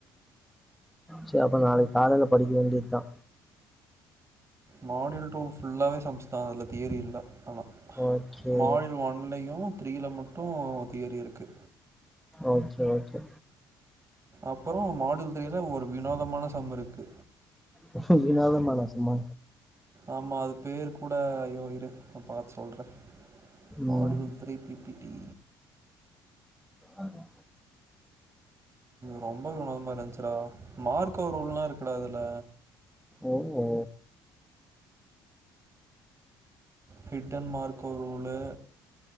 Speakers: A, in the centre; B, on the right.
A: செர் அப்ப நாளைக் காலைல படிக்க வேண்டியதுதா
B: மாடியூல் டூ ஃபுல்லாவே சம்ஸ்தா அதுல தியரி இல்ல ஆனா
A: ஓகே
B: மாடியல் ஒன்லயு த்ரீல மட்டு தியரி இருக்கு
A: ஓகே ஓகே
B: அப்பறோ மாடுல் திரில ஒரு வினோதமான சம் இருக்கு
A: எ <unintelligible> மான சம்மா
B: ஆமா அது பேரு கூட ஐயோ இரு நா பாத்துசொல்றே மாடி
A: ம்
B: பை த்ரீ பி பி டி
A: அதுக் ஒ
B: ரொம்ப வினோதமா இருந்துச்சுடா மார்க்கொருல்லா இருக்கூடாதுல
A: ஓ ஒ
B: ஹிட்டன்மார்க் ஒரு ரூலு